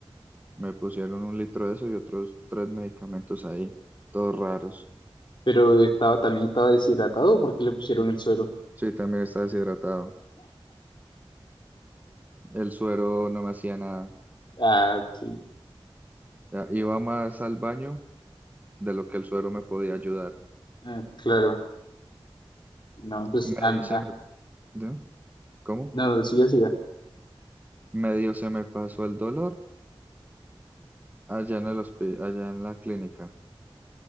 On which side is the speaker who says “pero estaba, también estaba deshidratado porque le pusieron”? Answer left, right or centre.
Left